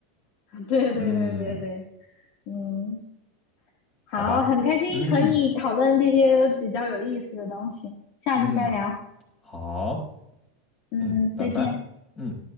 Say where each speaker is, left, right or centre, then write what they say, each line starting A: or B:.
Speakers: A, on the left; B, on the left.
A: <laughs> 对对对对对，
B: <laughs> 嗯，
A: 嗯，好，
B: 好吧，
A: 很开心和你讨论这些比较有意思的东西，
B: 嗯
A: 下次再聊，
B: 嗯，好，
A: 嗯，
B: 嗯，拜拜，
A: 再见。
B: 嗯。